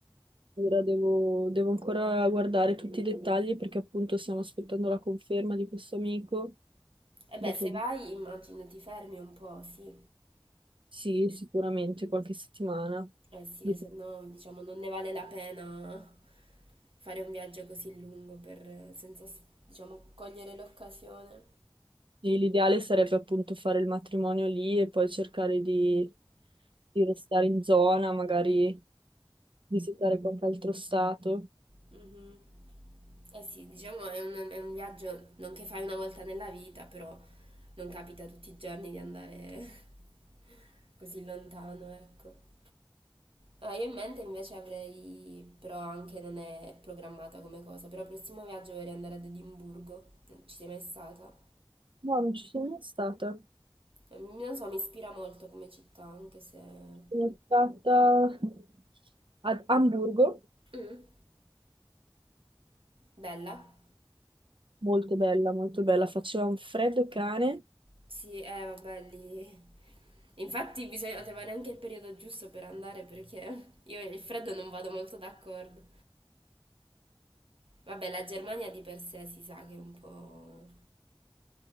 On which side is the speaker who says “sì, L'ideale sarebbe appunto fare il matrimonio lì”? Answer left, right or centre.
Right